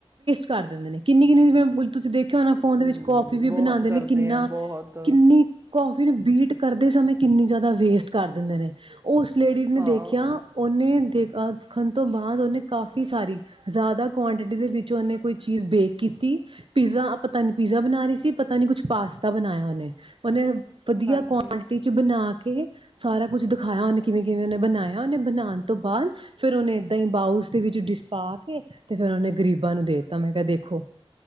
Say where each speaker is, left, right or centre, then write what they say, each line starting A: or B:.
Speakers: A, on the right; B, on the right.
A: ਕਰ ਦਦੇ ਨੇ ਕਿੰਨੀ ਕਿੰਨੀ ਤੁਸੀਂ ਦੇਖ ਣਾ ਫੋਨ ਦੇ
B: ਹੂੰ
A: ਵਿੱਚ ਕੌਫੀ ਵੀ
B: ਬਹੁਤ
A: ਬਣਾਉਂਦੇ
B: ਕਰਦੇ
A: ਨੇ ਕਿੰਨਾ
B: ਆ ਬਹੁਤ
A: ਕਿੰਨੀ ਕਫੀ ਫਨ ਬੀਟ ਕਰਦੇ ਸਮੇਂ ਕਿੰਨੀ ਜ਼ਿਆਦਾ ਵੇਸਟ ਕਰ ਦਿੰਦੇ ਨੇ ਉਸ ਲੇਡੀ ਨੇ
B: ਹਾਂ,
A: ਦੇਖਿਆ ਉਹਨੇ ਦੇਖ ਖੰਣ ਤੋਂ ਬਾਅਦ ਉਹਨੇ ਕਾਫ਼ੀ ਸਾਰੀ ਜ਼ਿਆਦਾ ਕੁਆਂਟਿਟੀ ਦੇ ਵਿੱਚ ਉਹਨੇ ਕੋਈ ਚੀਜ਼ ਬੇਕ ਕੀਤੀ ਪੀਜ਼ਾ ਪਤਾ ਨੀ ਪੀਜ਼ਾ ਬਣਾ ਰਹੀ ਸੀ ਪਤਾ ਨੀ ਕੁਛ ਪਾਸਤਾ ਬਣਾਇਆ ਉਹਨੇ ਉਹਨੇ ਵਧੀਆ
B: ਹਾਂਜੀ।
A: ਕੁਆਂਟਿਟੀ ਚ ਬਣਾ ਕੇ ਕੇ ਸਾਰਾ ਕੁਝ ਦਿਖਾਇਆ ਉਹਨੇ ਕਿਵੇਂ ਕਿਵੇਂ ਉਹਨੇ ਬਣਾਇਆ ਉਹਨੇ ਬਣਾਉਣ ਤੋਂ ਬਾਅਦ ਫੇਿਰ ਉਹਨੇ ਏਦਾਂ ਹੀ ਬਾਊਸ ਦੇ ਵਿੱਚ ਡਿਸਪਾਕ ਕੀ ਤੇ ਫਿਰ ਉਹਨਾਂ ਨੇ ਗਰੀਬਾਂ ਨੂੰ ਦੇ ਦਿੱਤਾ ਮੈਂ ਕਿਹਾ ਦੇਖੋ